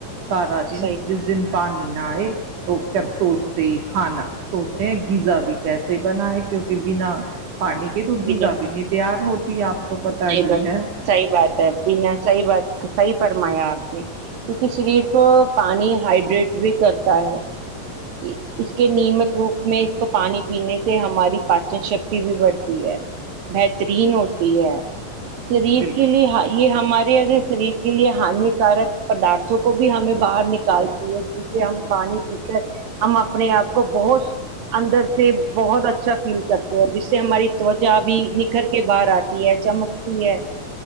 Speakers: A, on the right; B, on the right.
A: سارا دن
B: صحیح
A: جس دن <unintelligible> پانی نہ آئے تو کرھر سوچتے ہی کھانا <unintelligible> سوچتے ہیں غزا بھی <unintelligible> کیسے بناائے کیونکہ بنا <unintelligible> پانی کی ڈگیزا
B: بنا
A: بھی نہیں تیار ہوتی آپ کو
B: نہیں
A: پتا ہی
B: بن
A: ہے <unintelligible>
B: صحیح بات ہے بنا صحیح بات صحیح فرمایا آپ نے کیونکہ شریر کو پانی <unintelligible> ہائیڈریٹ بھی کرتا ہے <unintelligible> اس کے نیمت روپ <unintelligible> میں اس کو پانی پینے سے ہماری <unintelligible> پاچن شکتی بھی بڑھتی <unintelligible> بہترین ہوتی ہے <unintelligible> شریر
A: بالکل
B: کے لیے یہ ہمارے <unintelligible> شریر کے لیے ہانیکارک پدارھوں کو بھی ہمیں باہر نکالتی ہے جسے ہم پانی پی کر ہم اپنے آپ کو بہت اندر <unintelligible> سے بہت اچھا فیل کرتے ہیں جس سے ہماری <unintelligible> جا بھی نکھر کے باہر آتی ہے چمکتی ہے <unintelligible>